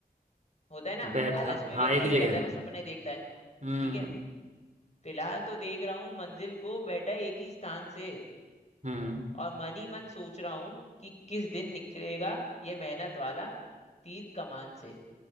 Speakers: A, on the left (about 45°); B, on the right (about 50°).
A: होता है ना
B: बैठा
A: आलस में
B: हाँ
A: व्यक्ति
B: एक ही
A: क्या
B: जगह
A: करता
B: से
A: है बस सपने देखता है
B: हम्म
A: ठीक है फिलहाल तो देख रहा हूँ मंजिल को बैठा एक ही स्थान से
B: हम्म
A: और मन ही मन सोच रहा हूँ कि किस दिन निकलेगा ये मेहनत वाला तीर कमान से